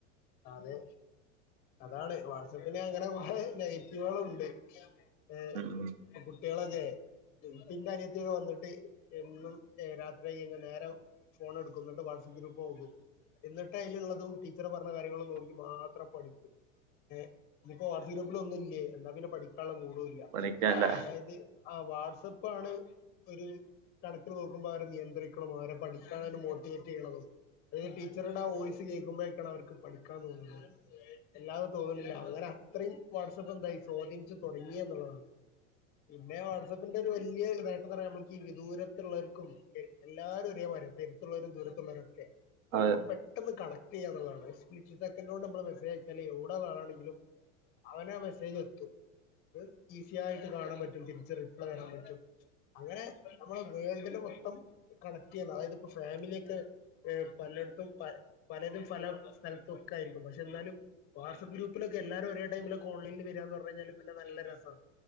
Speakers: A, on the left; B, on the right.
A: ആതെ അതാണ് വാട്സപ്പിന് അങ്ങനെ കുറെ നെഗറ്റീവുകളുണ്ട് ഏ-
B: ഉം
A: പെൺകുട്ടികളൊക്കെ പിന്നെ അനിയത്തിടെ വന്നിട്ട് എന്നും രാത്രി കഴിഞ്ഞ നേരം- ഫോൺ എടുക്കും എന്നിട്ട് വാട്സആപ്പ് ഗ്രൂപ്പ് നോക്കും എന്നിട്ട് അതിലുള്ളതും ടീച്ചറ് പറഞ്ഞ കാര്യങ്ങൾ നോക്കി മാത്രം പഠിക്കൂ ഏഹ് ഇന്നിപ്പോ വാട്സ്ആ ഗ്രൂപ്പില ഒന്നും ഇല്ലേ എന്നാ പിന്നെ പഠിക്കാനുള്ള മൂടൂല്ല
B: പഠിക്കാല്ല
A: അതായത് ആഹ് വാട്സപ്പ് ആണ് ഒരു കണക്കന് നോക്കുമ്പോ അവരെ നിയന്ത്രിക്കണ അവരെ പഠിക്കാന് മോട്ടിവേറ്റ് ചെയ്യണതും അതെ ടീച്ചറുടെ ആ വോയിസ് കേൾക്കുമ്പോഴേക്കാണ് അവർക്ക് പഠിക്കാൻ തോന്നുന്നത് അല്ലാതെ തോന്നുന്നില്ല അങ്ങനെ അത്രയും വാട്സ്ആപ് എന്തായി സ്വാധീനിച്ചു തുടങ്ങിയെന്നുള്ളതാണ്- പിന്നെ വാട്സആപ്പിന്റെ ഒരു വലിയ നേട്ടംന്ന് പറയാ നമ്മക്ക് ഈ വിദൂരത്തുള്ളവർക്കും എല്ലാരും ഒരേമായിര്യാ ഇ പൊ എരുത്തുള്ളരും ദൂരത്തുള്ളവരും ഒക്കെ
B: അതേ
A: നമുക്ക് പെട്ടെന്ന് കണക്ട് ചെയ്യാുള്ളതാണ് സെക്കൻഡ കൊണ്ട് നമ്മൾ മെസ്സേജ് അയച്ചാലേയ് എവിടെ ള്ള ആളാണെങ്കിലും അവനാ മെസ്സേജ് എത്തും അത് ഈസി ആയിട്ട് കാണാൻ പറ്റും തിരിച്ച് റിപ്ലൈ തരാൻ പറ്റും അങ്ങനെ നമ്മള് വേൾഡില് മൊത്തം കണക്ട് ചെയ്യുന്നു അതായത് ഇപ്പോൊ ഫാമിലിയൊക്കെ ഏ പലയിടത്തും പ പലരും പല സ്ഥലത്തൊക്കെ ആയിരിക്കും പക്ഷെ എന്നാലും വാട്സ്ആപ്പ് ഗ്രൂപ്പിലൊക്കെ എല്ലാരും ഒരേ ടൈമിലക്കെ ഓൺലൈനിൽ വരാ ന്ന് പറഞ്ഞ്കഴിഞ്ഞാല് പിന്നെ നല്ല രസമാണ്